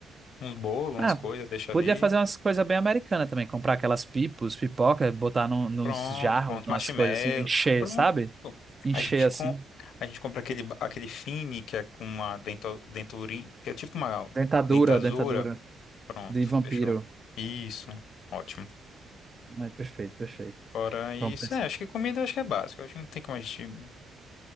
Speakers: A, on the left (about 80°); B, on the right (about 20°).
A: uns bolos, umas
B: Ah,
A: coisas,
B: po-
A: deixa
B: podia
A: ali.
B: fazer umas coisas bem americanas também. Comprar aquelas pipos, pipoca, botar num, nos
A: Pronto,
B: jarros,
A: pronto.
B: umas
A: Marshmallow,
B: coisas assim, encher,
A: pronto.
B: sabe? Encher
A: A gente,
B: assim.
A: com, a gente compra aquele, aquele fine que é com uma dento, denturinha, que é tipo uma
B: Dentadura,
A: dentadura.
B: dentadura
A: Pronto,
B: de vampiro.
A: fechou. Isso, ótimo.
B: É perfeito, perfeito.
A: Fora isso,
B: Vamos pensar.
A: é, acho que comida acho que é básico. Acho que não tem como a gente.